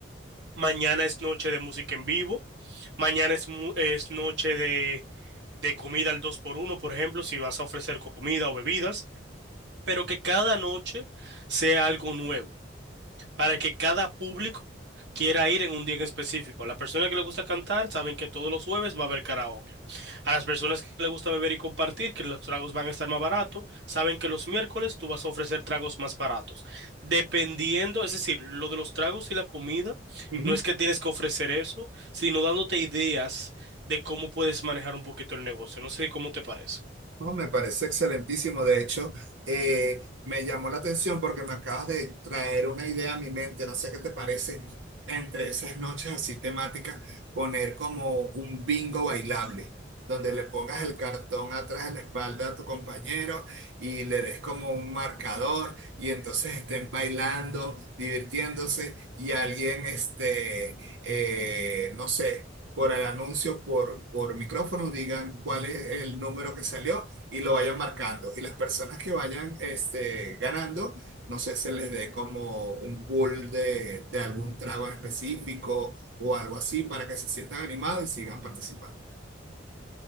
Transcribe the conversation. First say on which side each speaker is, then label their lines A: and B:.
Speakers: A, on the right; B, on the right.
A: mañana es noche de música en vivo, mañana es, mu- es noche de, de comida al dos por uno, por ejemplo, si vas a ofrecer comida o bebidas, pero que cada noche sea algo nuevo para que cada público quiera ir en un día en específico. A la persona que le gusta cantar, saben que todos los jueves va a haber karaoke. A las personas que le gusta beber y compartir, que los tragos van a estar más baratos, saben que los miércoles tú vas a ofrecer tragos más baratos. Dependiendo, es decir, lo de los tragos y la comida,
B: ujú.
A: no es que tienes que ofrecer eso, sino dándote ideas de cómo puedes manejar un poquito el negocio. No sé cómo te parece.
B: No, me parece excelentísimo. De hecho, eh, me llamó la atención porque me acabas de traer una idea a mi mente. No sé qué te parece entre esas noches así temáticas, poner como un bingo bailable, donde le pongas el cartón atrás de la espalda a tu compañero y le des como un marcador y entonces estén bailando, divirtiéndose y alguien, este, eh, no sé. por el anuncio, por, por micrófono, digan cuál es el número que salió y lo vayan marcando. Y las personas que vayan este, ganando, no sé, se les dé como un pool de, de algún trago en específico o algo así para que se sientan animados y sigan participando.